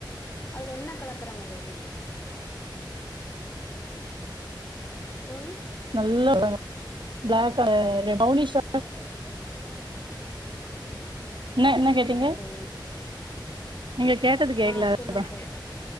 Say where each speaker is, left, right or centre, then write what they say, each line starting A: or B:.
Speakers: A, on the left; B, on the right.
A: அதுல் என்ன கலக்கறாங்க தோழி தோழி
B: நல்ல பிளாக்கா ஆ ப்ரெளனிஷா
A: அத இந்த ப்ரெளனிஷா வதங்கனு
B: என்ன என்ன கேட்டீங்க
A: தோழி
B: நீங்க கேட்டது கேக்கல
A: ஆ சொல்லுங்க
B: அதா
A: தோழி